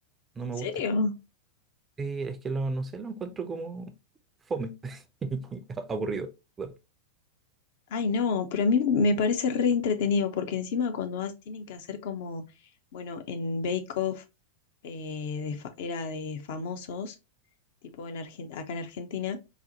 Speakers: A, on the right; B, on the left.
A: No
B: ¿En
A: me
B: serio?
A: gustan. Sí, es que lo, no sé, lo encuentro como fome. <laughs> Aburrido. Bueno,
B: Ay, no, pero a mí me parece re entretenido, porque encima cuando has- tienen que hacer como, bueno, en Bake Off eh, de fa- era de famosos, tipo en Argen- acá en Argentina,